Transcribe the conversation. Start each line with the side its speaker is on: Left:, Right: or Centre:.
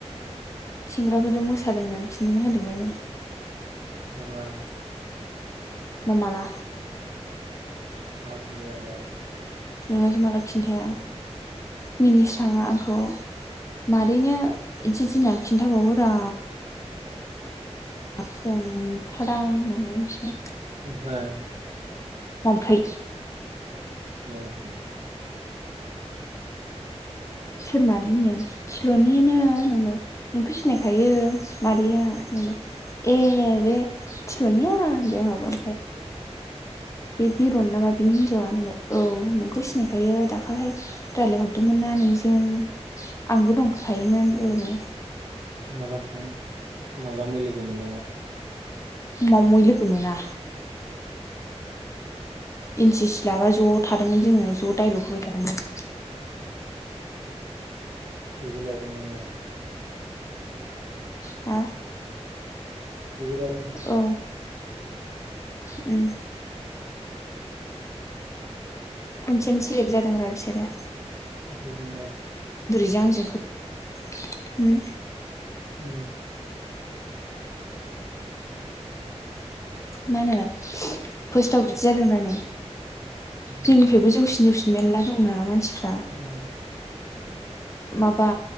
Left: सेंग्राफोरजों मोसादों होननानै खिन्थाना होदोंलायनो
Right: माला
Left: मा माला
Right: मा होनदो आंलाय
Left: नोंहासो माला खिन्थाया मिनिस्रांआ आंखौ मादैनो इदि इदि होनना खिन्थाबावो रा। जों खादां नंनायासो
Right: ओमफ्राय
Left: मामफै
Right: औ औ
Left: सोर मादै मं थिल'निनो होनमबाय नोंखौ सिनायखायो मादैया नंबाय। ए बे थिल'निया बे आंहाबो बे बिरन नामा बिनि हिनजावा नालाय औ नोंखौ सिनायखायो दाखालिहाय रायजलायहरदोंमोन ना नोंजों आंबो दंफायोमोन जालायबावो।
Right: माला थां माला मैलोगो मोना
Left: मा मैल'खो मोना एन सि सि लाबा ज' थादोंमोन जोङो ज' डायलग होबाय थादोंमोन।
Right: बेबो लादों नामा?
Left: हा?
Right: बेबो लादों।
Left: औ उम। खनसेनो सेलेक्ट जादों रा फिसोरो।
Right: एख' बुंला।
Left: बिजों आंजोंखौ होम
Right: उम।
Left: मा होनो फार्स्टाव बिदि जादों रा नै
Right: उम
Left: जोंनिफ्रायबो जौसिन जौसिन मेरला दं ना मा सिफ्रा
Right: उम
Left: माबा